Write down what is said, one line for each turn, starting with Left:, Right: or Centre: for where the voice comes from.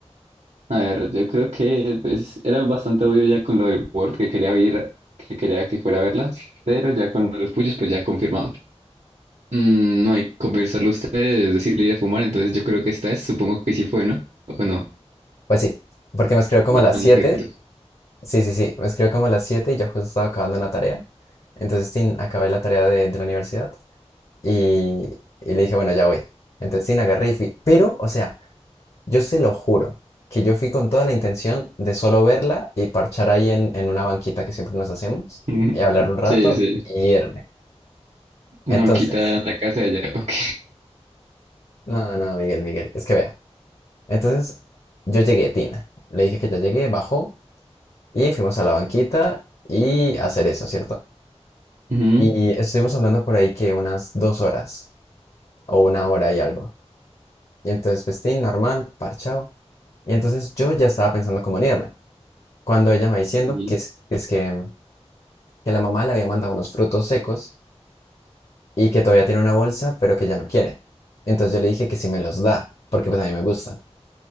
Right: A ver, yo creo que pues, era bastante obvio ya con lo del Word que quería ir, que quería que fuera a verla, pero ya con los puyos, pues ya confirmado. Mm, no hay que conversarlo a ustedes, decirle ir a fumar, entonces yo creo que esta es, supongo que sí fue, ¿no? ¿O no?
Left: Pues sí, porque me escribió como
Right: No,
Left: a las
Right: en
Left: siete
Right: efecto.
Left: Sí, sí, sí, me escribió como a las siete y yo justo estaba acabando la tarea. Entonces, tin, acabé la tarea de, de la universidad. Y, y le dije, bueno, ya voy. Entonces sí, la agarré y fui. Pero, o sea, yo se lo juro que yo fui con toda la intención de solo verla y parchar ahí en, en una banquita que siempre nos hacemos
Right: <laughs>
Left: y hablar un rato
Right: Sí, sí.
Left: y irme.
Right: Una
Left: Entonces,
Right: banquita en la casa de allá, ok.
Left: no, no, Miguel, Miguel, es que vea. Entonces, yo llegué, Tina. Le dije que ya llegué, bajó y fuimos a la banquita y a hacer eso, ¿cierto?
Right: Ujú,
Left: Y estuvimos hablando por ahí que unas dos horas o una hora y algo. Y entonces, pues, tin, normal, parchado. Y entonces yo ya estaba pensando cómo en irme, cuando ella me va diciendo
Right: Sí.
Left: que es, es que, mm, que la mamá le había mandado unos frutos secos y que todavía tiene una bolsa, pero que ya no quiere. Entonces yo le dije que si me los da, porque pues a mí me gustan.